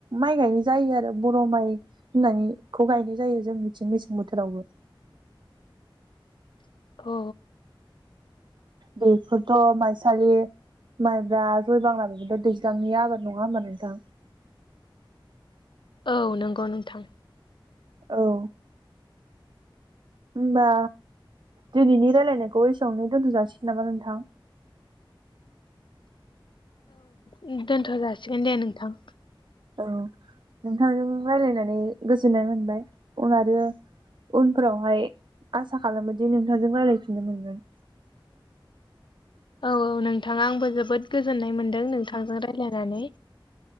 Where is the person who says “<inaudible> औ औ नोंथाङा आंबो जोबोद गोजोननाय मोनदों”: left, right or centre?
Left